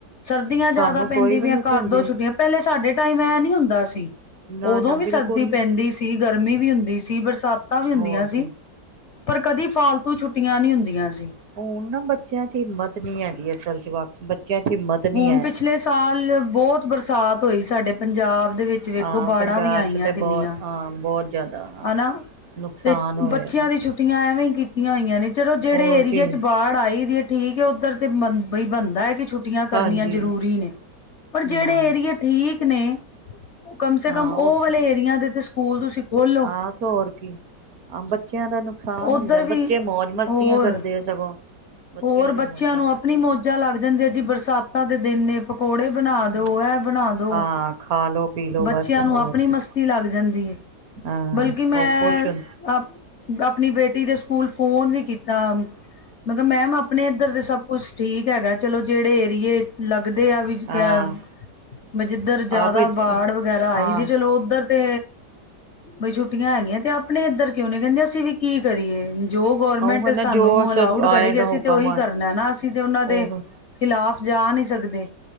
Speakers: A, on the left; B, on the right.
A: ਸਰਦੀਆਂ ਜ਼ਿਆਦਾ
B: ਸਾਨੂੰ
A: ਪੈਂਦੀ
B: ਕੋਈ
A: ਵੀ
B: ਨਹੀਂ
A: ਆ
B: ਸੀ
A: ਕਰ
B: ਹੁੰਦੀ
A: ਦੋ ਛੁੱਟੀਆਂ ਪਹਿਲੇ ਸਾਡੇ ਟਾਈਮ ਐਂ ਨੀ ਹੁੰਦਾ ਸੀ
B: ਨਾ
A: ਉਦੋਂ
B: ਨਾ
A: ਵੀ
B: ਬਿਲਕੁਲ
A: ਸਰਦੀ
B: ਨੀ
A: ਪੈਂਦੀ ਸੀ ਗਰਮੀ ਵੀ ਹੁੰਦੀ ਸੀ ਬਰਸਾਤ ਵੀ ਹੁੰਦੀਆਂ
B: ਹੋਰ
A: ਸੀ
B: ਕੀ
A: ਪਰ ਕਦੀ ਫਾਲਤੂ ਛੁੱਟੀਆਂ ਨਹੀਂ ਹੁੰਦੀਆਂ ਸੀ
B: ਹੁਣ ਨਾ ਬੱਚਿਆਂ ਚ ਹਿੰਮਤ ਨੀ ਹੈਗੀ ਅਸਲ ਚ ਵਕ ਬੱਚਿਆਂ ਚ ਹਿੰਮਤ ਨਹੀਂ
A: ਹੁਣ
B: ਹੈ
A: ਪਿਛਲੇ ਸਾਲ ਬਹੁਤ ਬਰਸਾਤ ਹੋਈ ਸਾਡੇ ਪੰਜਾਬ ਦੇ ਵਿੱਚ ਵੇਖੋ
B: ਹਾਂ
A: ਬਾੜਾਂ
B: ਪੰਜਾਬ
A: ਵੀ ਆਈਆਂ
B: ਚ ਤੇ
A: ਕਿੰਨੀਆਂ
B: ਬਹੁਤ ਹਾਂ ਬਹੁਤ ਜ਼ਿਆਦਾ
A: ਹਨਾ
B: ਨੁਕਸਾਨ
A: ਤੇ
B: ਹੋਇਆ
A: ਬੱਚਿਆਂ ਦੀ ਛੁੱਟੀ ਛੁੱਟੀਆਂ ਐਵੇਂ ਕੀਤੀਆਂ ਹੋਈਆਂ ਨੇ ਚਲੋ ਜਿਹੜੇ
B: ਹੋਰ
A: ਏਰੀਏ
B: ਕੀ
A: ਚ ਬਾੜ ਆਈ ਦੀ ਹੈ ਠੀਕ ਉੱਧਰ ਤੇ ਬ ਬਈ ਬੰਦਾ ਹੈ ਕਿ ਛੁੱਟੀ ਛੁਟੀਆਂ ਕਰਨੀਆਂ
B: ਹਾਂਜੀ
A: ਜ਼ਰੂਰੀ ਨੇ ਪਰ ਜਿਹੜੇ
B: ਹਾਂ
A: ਏਰੀਏ ਠੀਕ ਨੇ ਕਮ ਸੇ
B: ਹਾਂ
A: ਕਮ ਉਹ
B: ਉੱਥੇ
A: ਵਾਲੇ ਏਰੀਆ ਦੇ ਤੇ ਸਕੂਲ ਤੁਸੀਂ ਖੋਲੋ
B: ਹਾਂ ਤੇ ਹੋਰ ਕੀ ਹਾਂ ਬੱਚਿਆਂ ਦਾ ਨੁਕਸਾਨ
A: ਉੱਧਰ
B: ਹੁੰਦਾ
A: ਵੀ
B: ਬੱਚੇ ਮੌਜ ਮਸਤੀਆਂ
A: ਹੋਰ
B: ਕਰਦੇ ਆ ਸਗੋਂ
A: ਹੋਰ
B: ਲਈ
A: ਬੱਚਿਆਂ
B: ਮੌਜਾਂ
A: ਨੂੰ
B: ਲੱਗਦਾ
A: ਆਪਣੀ ਮੌਜਾਂ ਲੱਗ ਜਾਂਦੇ ਆ ਜੀ ਬਰਸਾਤ ਤਾ ਦੇ ਦਿਨੇ ਪਕੌੜੇ ਬਣਾ ਦੋ
B: ਹਾਂ
A: ਇਹ ਬਣਾ ਦੋ
B: ਹਾਂ ਖਾ ਲੋ ਪੀ ਲੋ
A: ਬੱਚਿਆਂ
B: ਬਸ
A: ਨੂੰ
B: ਹੋਰ
A: ਆਪਣੀ
B: ਕੀ
A: ਮਸਤੀ ਲੱਗ ਜਾਂਦੀ ਹੈ
B: ਹਾਂ
A: ਬਲਕਿ ਮੈਂ
B: ਉਹ ਖੁਸ਼ ਹੁੰ
A: ਆਪ ਆਪਣੀ ਬੇਟੀ ਦੇ ਸਕੂਲ ਫੋਨ ਵੀ ਕੀਤਾ ਮੈ ਕਿਹਾ ਮੈਮ ਆਪਣੇ ਇੱਧਰ ਦੇ ਸਭ ਕੁਛ ਠੀਕ ਹੈਗਾ ਚਲੋ ਜਿਹੜੇ ਏਰੀਏ ਲੱਗਦੇ ਆ ਵਿਚ
B: ਹਾਂ
A: ਗ਼ੈਬ ਜਿੱਧਰ ਜ਼ਿਆਦਾ
B: ਆਹ ਭ
A: ਬਾੜ ਵਗੈਰਾ ਆਈ
B: ਹਾਂ
A: ਦੀ ਚਲੋ ਉੱਧਰ ਤੇ ਬਈ ਛੁੱਟੀਆਂ ਹੈਗੀਆਂ ਤੇ ਆਪਣੇ ਇੱਧਰ ਕਿਉਂ ਨਿ ਕਹਿੰਦੇ ਅਸੀਂ ਵੀ ਕੀ ਕਰੀਏ ਜੋ ਗੌਰਮੈਂਟ
B: ਉਹ ਹੈ ਨਾ
A: ਸਾਨੂੰ
B: ਜੋ ਅਸਰ
A: ਅਲਾਊਡ
B: ਆਏਗਾ
A: ਕਰੇਗੀ ਅਸੀਂ
B: ਹੁਕਮ
A: ਤੇ ਉਹੀ ਕਰਨਾ ਨਾ ਅਸੀਂ ਤੇ ਉਹਨਾਂ ਦੇ
B: ਉਹ
A: ਖਿਲਾਫ਼ ਜਾ ਨਹੀਂ ਸਕਦੇ